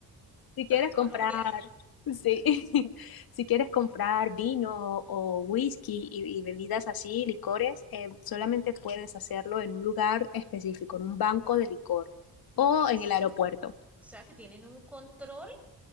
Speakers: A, on the left; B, in the centre.
A: Si
B: Soy
A: quieres
B: de Colombia.
A: comprar, sí, <laughs> si quieres comprar vino o whisky y, y bebidas así, licores, eh, solamente
B: Ajá.
A: puedes hacerlo en un lugar específico, en un banco de licor
B: Ay,
A: o
B: es-
A: en el aeropuerto.
B: o sea que tienen un control,